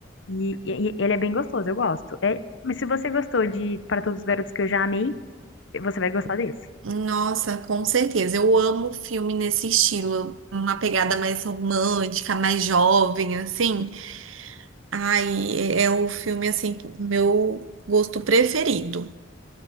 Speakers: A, on the left; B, on the right.
A: E, e- ele é bem gostoso, eu gosto. É, mas se você gostou de Para Todos os Garotos que eu já amei, você vai gostar desse.
B: Nossa, com certeza. Eu amo filme nesse estilo, uma pegada mais romântica, mais jovem, assim. Ai, é o filme assim, que- meu gosto preferido.